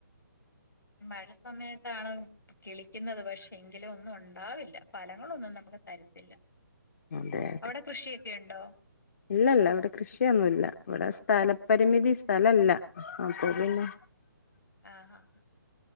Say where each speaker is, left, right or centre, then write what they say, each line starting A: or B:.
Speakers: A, on the left; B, on the left.
A: മഴ സമയത്താണ് കിളിക്കുന്നത് പക്ഷെ എങ്കിലും ഒന്നും ഉണ്ടാവില്ല ഫലങ്ങളൊന്നും നമുക്ക് തരത്തില്ല
B: അതെ അതെ
A: അവിടെ കൃഷിയൊക്കെ ഉണ്ടോ
B: ഇല്ലല്ല ഇവിടെ കൃഷിയൊന്നുമല്ല ഇവിടെ സ്ഥലപരിമിതി സ്ഥലല്ല അപ്പൊ പിന്നെ
A: ആഹ് ആഹാ ആഹ്